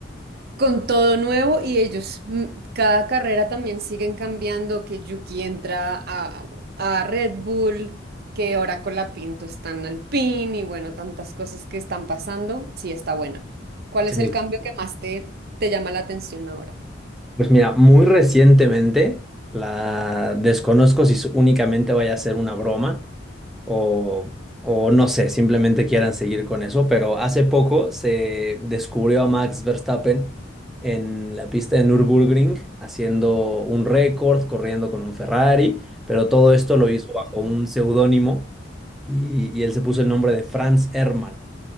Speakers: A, on the right; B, in the centre.
A: con todo nuevo y ellos, mm, cada carrera también siguen cambiando, que Yuki entra a, a Red Bull, que ahora con la Pinto están al PIN y bueno, tantas cosas que están pasando. Sí, está buena. ¿Cuál
B: Sí.
A: es el cambio que más te, te llama la atención ahora?
B: Pues mira, muy recientemente, la desconozco si su- únicamente vaya a ser una broma, o, o no sé, simplemente quieran seguir con eso, pero hace poco se descubrió a Max Verstappen en la pista de Nürburgring haciendo un récord, corriendo con un Ferrari, pero todo esto lo hizo bajo un seudónimo y, y él se puso el nombre de Franz Hermann.